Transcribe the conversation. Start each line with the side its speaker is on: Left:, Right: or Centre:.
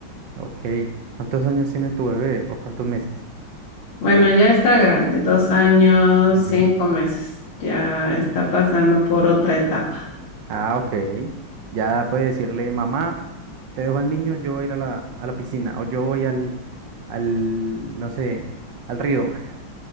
Right: Ok. ¿Cuántos años tiene tu bebé o cuántos meses?
Left: Bueno, ya está grande, dos años,
Right: Ujú,
Left: cinco meses. Ya está pasando por otra etapa.
Right: Ah, ok. Ya puede decirle, mamá, te dejo al niño, yo voy a ir a la, a la piscina o yo voy al, al, no sé, al río. <laughs>